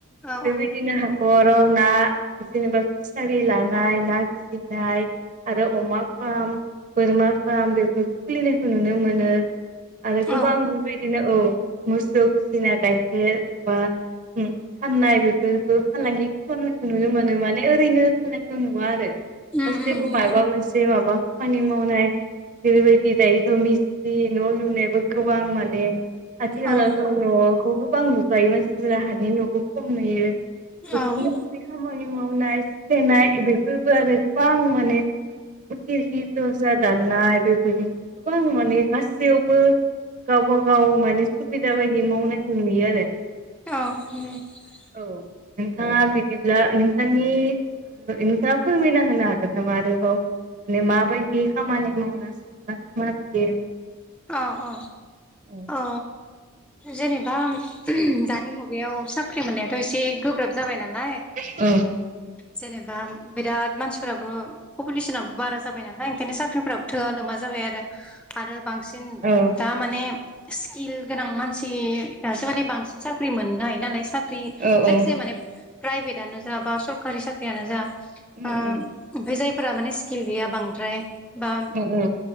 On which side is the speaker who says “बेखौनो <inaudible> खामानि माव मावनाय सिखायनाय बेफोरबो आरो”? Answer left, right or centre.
Right